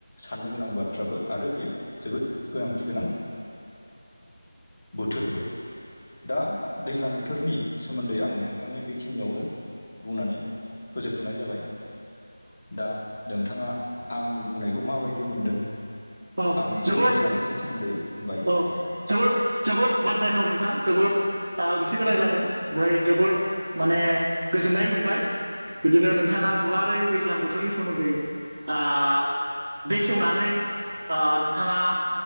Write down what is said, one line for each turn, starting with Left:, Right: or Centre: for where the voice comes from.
Left: साननो गोनां बाथ्राबो आरो बेयो जोबोद गोनांथि गोनां बोथोरबो दा दैज्लां बोथोरनि सोमोन्दै आं नोंथांनि बेखिनियावनो बुंनानै फोजोबथ'नाय जाबाय दा नोंथाङा आंनि बुंनायखौ माबायदि मोनदों
Right: अ
Left: आं
Right: जोबोद
Left: जे दैज्लां बोथोरनि सोमोन्दै बुंबाय
Right: औ जोबोद जोबोद बाखनायथाव नोंथां जोबोद आ ओंथि गोनां जादों ओमफ्राय जोबोद माने गोजोननाय मोनबाय बिदिनो नोंथाङा गुवारै दैज्लां बोथोरनि सोमोन्दै आ बेखेवनानै ओ नोंथाङा